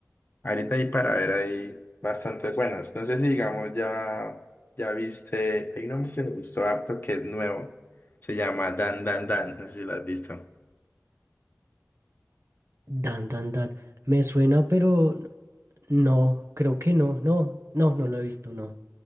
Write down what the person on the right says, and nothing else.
Dan, dan, dan. Me suena, pero no, creo que no, no, no, no lo he visto, no.